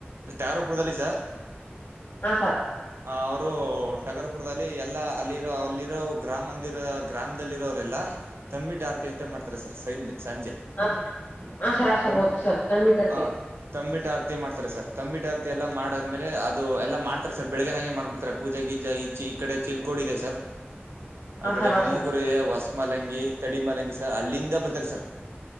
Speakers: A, on the right (about 75°); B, on the left (about 45°).
A: ಟಾರಪುರದಲ್ಲಿಸ
B: ಹಾ ಸರ್
A: ಆ ಅವರು ಟಗರಪುರದಲ್ಲಿ ಎಲ್ಲಾ ಅಲ್ಲಿರೋ ಅಲ್ಲಿರೋ ಗ್ರಾಮ ಮಂದಿರ ಗ್ರಾಮ. ಲ್ಲಿ ಇರೋರೆಲ್ಲ ತಮ್ಮಿಟ್ಟ ಆರ್ತಿ ಅಂತ ಮಾಡ್ತಾರೆ ಸರ್ ಸಂಜೆ ಸಂಜೆ
B: ಹಾ ಸರ್ ಹಾ ಸರ್ ಹಾ ಸರ್
A: ತಮ
B: ಓತ್ ಸರ್ ನಮ್ ಇಟರ್ತಿ
A: ಆ ತಮ್ಮಿಟಾರ್ ಮಾಡ್ತಾರೆ ಸರ್ ತಂಬಿಟ ಆತಿ ಎಲ್ಲ ಮಾಡದ್ಮೇಲೆ ಅದು ಎಲ್ಲ ಮಾಡ್. ಸರ್ ಬೆಳಗ್ನಾಗೆ ಮಾಡ್ಬಿಡ್ತಾರೆ ಪೂಜೆ ಗಿಜ ಈ ಈ ಕಡೆ ಚಿಲ್ಕೋಡ್ ಇದೆ ಸರ್. ಆ
B: ಹಾ
A: ಕಡೆ
B: ಸರ್ ಹಾ
A: ಮೂಗುರು
B: ಸರ್
A: ಇದೆ ಹೊಸ್ಮಲಂಗಿ ತಡಿಮಲಂಗಿ ಸರ್ ಅಲ್ಲಿಂದ ಬರ್ತಾರ ಸರ್